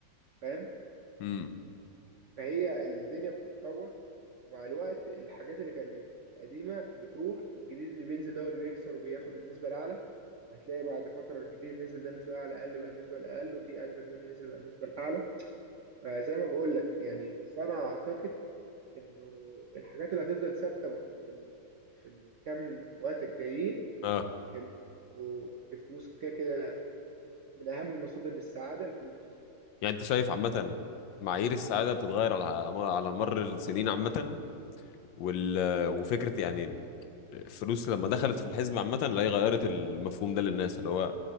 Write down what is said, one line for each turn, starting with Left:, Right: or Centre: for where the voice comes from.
Right: فاهم؟
Left: امم
Right: فهي الدنيا بتتطور ومع الوقت الحاجات اللي كانت قديمة بتروح والجديد اللي بينزل ده هو اللي بيكسر وبياخد النسبة الأعلى وهتلاقي بعد فترة الجديد اللي نزل ده النسبة الأعلى أقل بقى النسبة الأقل وفي أجدد منه نزل بقى النسبة الأعلى فزي ما بقول لك يعني بس أنا أعتقد إنه الحاجات اللي هتفضل ثابتة في ال... في الكام وقت الجايين
Left: اه
Right: ال- والفلوس كده كده من أهم المصادر للسعادة الفلوس
Left: يعني انت شايف عامه معايير السعاده بتتغير على على مر السنين عامه وال... وفكره يعني الفلوس لما دخلت في الحزب عامه لا هي غيرت المفهوم ده للناس اللي هو